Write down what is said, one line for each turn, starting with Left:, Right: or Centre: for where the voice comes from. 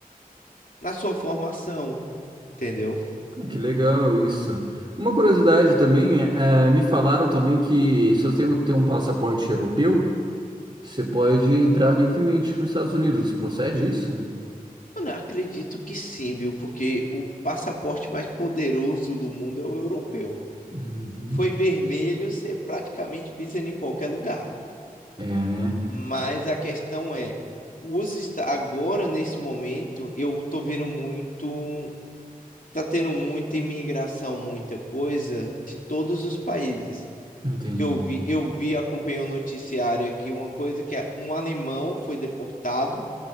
Left: na sua formação, entendeu?
Right: que legal isso. Uma curiosidade também, é, é, me falaram também que se você tem um passaporte europeu, você pode entrar livremente nos Estados Unidos. Procede isso?
Left: Mano, eu acredito que sim, viu? Porque o passaporte mais poderoso do mundo é o europeu.
Right: Uhum.
Left: Foi vermelho, você praticamente pisa em qualquer lugar.
Right: É, né?
Left: Mas
Right: T-
Left: a questão é, os esta- agora nesse momento eu tô vendo muito tá tendo muita imigração, muita coisa de todos os países.
Right: Entendi.
Left: Que eu vi, eu vi, acompanhei o noticiário aqui, uma coisa que é um alemão foi deportado